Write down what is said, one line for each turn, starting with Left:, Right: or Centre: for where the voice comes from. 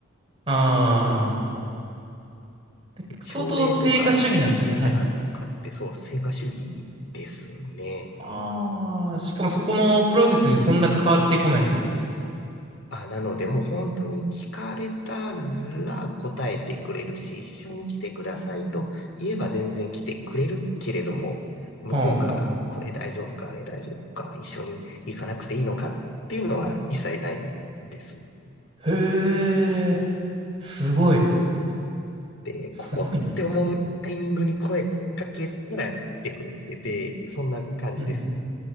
Right: ああ、相当成果主義なんですね。
Left: 朝礼とか無駄じゃんとかって、
Right: はい。
Left: そう、成果主義ですね。
Right: ああ、しかもそこのプロセスにそんな関わってこないと。
Left: あ、なので、もう本当に聞かれたら答えてくれるし、一緒に来てくださいと言えば全然来てくれるけれども、向こうからこれ大丈夫か、
Right: はあ、はあ。
Left: あれ大丈夫か、一緒に行かなくていいのかっていうのは一切ないんですね
Right: へえ、すごい。
Left: で、
Right: すごいな。
Left: ここって思うタイミングに声かけたら来てくれるって、で、そんな感じです。
Right: うんうん。